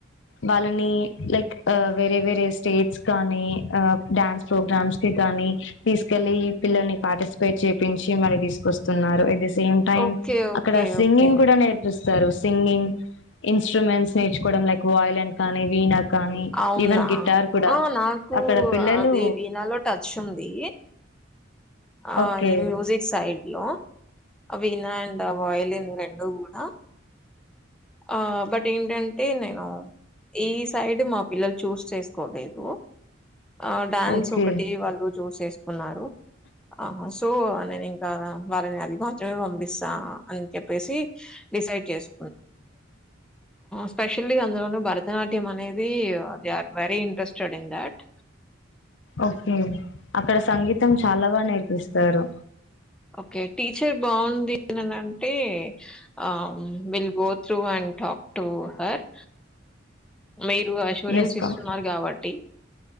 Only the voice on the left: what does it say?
వాళ్ళని లైక్ ఆ వేరే వేరే స్టేట్స్ కానీ ఆ డ్యాన్స్ ప్రోగ్రామ్స్ కి కా కాని తీసుకెళ్ళి పిల్లల్ని పార్టిసిపేట్ చేపించి మళ్ళీ తీసుకొస్తున్నారు ఎట్ ది స్ సేమ్ టైమ్
అక్కడ సింగింగ్
గుడా నేర్పిస్ స్తరు సింగింగ్ ఇన్స్ట్రుమెంట్స్ నేర్చుకోవడం లైక్ వాయలిన్ కానీ వీనా కానీ
ఈవెన్ గిటార్ కూడా
అక్కడ పిల్లలు
ఓకే
ఓకే
okay అక్కడ సంగీతం చాలా బా నేర్పిస్తారు
ఎయస్ సార్